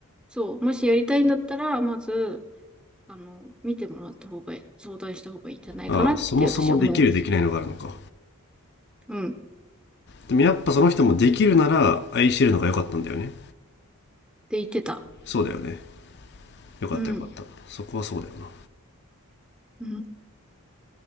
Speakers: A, in the centre; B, on the left (about 50°).
A: そう、もしやりたいんだったら、まず、あの、見てもらった方がいい、相談した方がいいんじゃないかなって私思う。
B: ああ、そもそもできるできないのがあるのか。
A: うん。っ
B: でもやっぱその人もできるなら愛してるのが良かったんだよね。
A: て言ってた。
B: そうだよね。よかったよかった。
A: うん。
B: そこはそうだよな。
A: うん。で